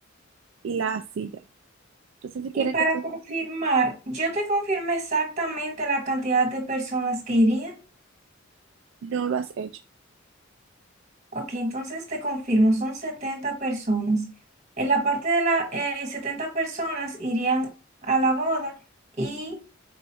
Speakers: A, on the right; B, on the right.
A: y la silla. Entonces, si quieres
B: Y para
A: que siga
B: confirmar,
A: así,
B: yo te confirmé exactamente la cantidad de personas que irían.
A: no lo has hecho.
B: Ok, entonces te confirmo, son 70 personas. En la parte de las 70 personas irían a la boda. y